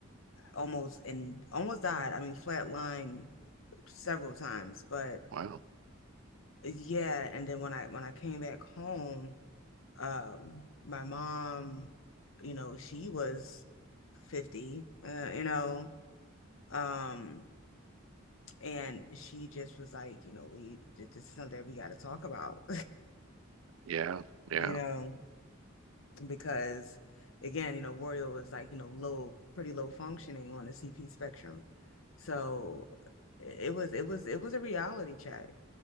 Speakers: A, on the left (about 75°); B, on the right (about 75°).
A: almost and almost died. I mean, flatlined several times, but
B: wow.
A: yeah. And then when I when I came back home, um, my mom, you know, she was 50, uh, you know, um, and she just was like, you know, we this is something we got to talk about,
B: Yeah. Yeah.
A: <laughs> you know. because again, you know, Royal is like, you know, low, pretty low functioning on the CP spectrum. So it it was it was it was a reality check.